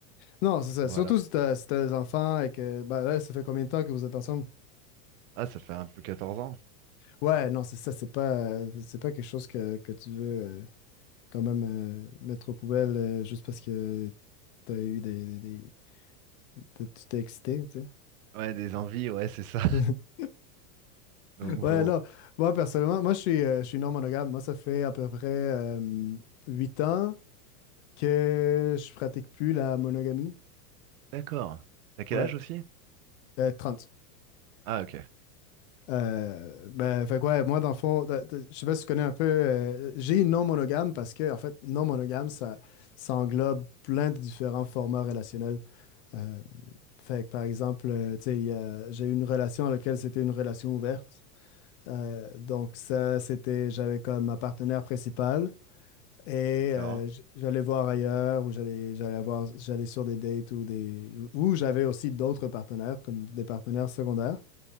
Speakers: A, on the left (about 45°); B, on the right (about 65°).
A: Non, c'est ça.
B: Voilà.
A: Surtout si t'as si t'as des enfants et que ben là, ça fait combien de temps que vous êtes ensemble?
B: Ah, ça fait un peu 14 ans.
A: Ouais, non, c'est ça, c'est pas, euh, c'est pas quelque chose que, que tu veux euh, quand même euh, mettre aux poubelles euh, juste parce que t'as eu des, des- des- t'as- tu t'es excité, tu sais.
B: Ouais, des envies, ouais, c'est ça.
A: <laughs>
B: Donc
A: Ouais,
B: bon,
A: là, moi, personnellement, moi, je suis, euh, je suis non monogame. Moi, ça fait à peu près euh, 8 ans que je pratique plus la monogamie.
B: d'accord. T'as quel
A: Ouais,
B: âge aussi?
A: euh, 30,
B: Ah ok,
A: Euh, ben, fait que ouais, moi, dans le fond, da- da- je sais pas si tu connais un peu, euh, j'ai non monogame parce que, en fait, non monogame, ça, ça englobe plein de différents formats relationnels. Euh, fait que, par exemple, euh, tu sais, il y a- j'ai eu une relation dans laquelle c'était une relation ouverte. Euh, donc, ça, c'était, j'avais comme ma partenaire principale et
B: d'accord.
A: euh, j- j'allais voir ailleurs ou j'allais, j'allais avoir, j'allais sur des dates ou des, ou j'avais aussi d'autres partenaires, comme des partenaires secondaires.